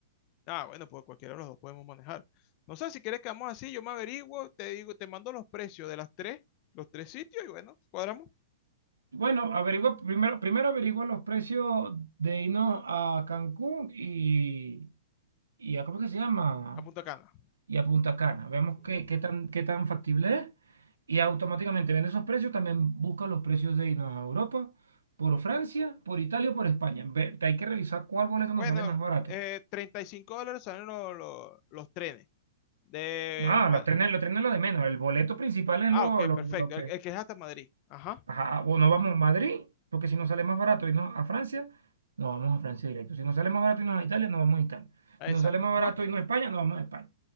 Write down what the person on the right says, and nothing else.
Bueno, averigua, primero, primero averigua los precios de irnos a Cancún y, y a, ¿cómo es que se llama?
Y a Punta Cana. Vemos
qué, qué tan, qué tan factible es. Y automáticamente viendo esos precios, también busca los precios de irnos a Europa, por Francia, por Italia o por España. Ve- hay que revisar cuál boleto
nos sale más barato.
No,
los trenes, los trenes lo de menos. El boleto principal es
lo,
lo,
lo que...
Ajá, o nos vamos a Madrid, porque si nos sale más barato irnos a Francia, nos vamos a Francia directo. Si nos sale más barato irnos a Italia, nos vamos a Italia.
Si
nos sale más
barato irnos a España, nos vamos a España.